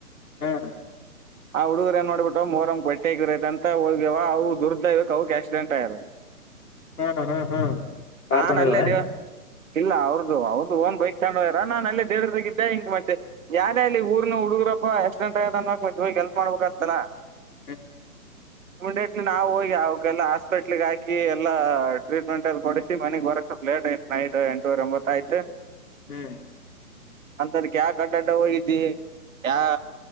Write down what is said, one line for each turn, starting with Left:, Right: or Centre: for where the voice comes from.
Left: ಹ್ಮ್
Right: ಆ ಹುಗರು ಏನ್ ಮಾಡ್ಬಿಟ್ಟು ಮೋರಮ್ ಬಟ್ಟೆಗರೈ ಅಂತ ಹೋಗ್ಯವ ಅವು ದುರ್ದ ಇವಕ್ ಅವಕ್ ಆಕ್ಸಿಡೆಂಟ್ ಆಯ್ಯ್ <unintelligible>
Left: ಹ್ಮ್ ಹ್ಮ್ ಹ್ಮ್ ಕಾರ್
Right: ನಾನ್
Left: ತೊಗೊಂಡೋಗಿವ
Right: ಅಲ್ಲೇದ್ದವ
Left: ಏನ್
Right: <unintelligible> ಇಲ್ಲ ಅವ್ರದ್ದ ಅವ್ರದ್ದ ಓನ್ ಬೈಕ್ ಕೊಂಡ ಹದಿರ ನಾನ ಅಲ್ಲಿ ದೇರದಾಗ ಇದಿದ್ದೆ ಹಿಂಗ ಮತ್ತೆ ಯಾರ್ಯ ಅಲ್ಲಿ ಊರಿನ ಹುಡುಗರಪ್ಪ ಆಕ್ಸಿಡೆಂಟ್ ಆಯತದ ಅನ್ಕ್ ಮತ್ತೆ ಹೋಗಿಗೆಲ್ಪ್ ಮಾಡ್ಬೇಕಕ್ ಅಂತನಾ
Left: ಹ್ಮ್ <unintelligible>
Right: ಇಮಿಡಿಯೇಟ್ಲಿ ನಾವು ಹೋಗಿ ಅವಕ್ಕೆಲ್ಲ ಹಾಸ್ಪೆಟ್ಲ್ಗ್ ಹಾಕಿ ಎಲ್ಲಾ ಟ್ರೀಟ್ಮೆಂಟ್ ಕೊವಿ <unintelligible> ಮನೆಗ್ ಬರಕ್ ಸ್ವಲ್ಪ ಲೇಟ್ ಆಯ್ತು ನೈಟ್ ಎಂಟೂರ ಎಂಬತ್ತ ಆಯ್ತು
Left: ಹ್ಮ್ <unintelligible>
Right: <unintelligible> ಅಂತದಕ ಯಕ ಅಡ್ಡಾಡ ಹೋಗಿದಿ ಯಾ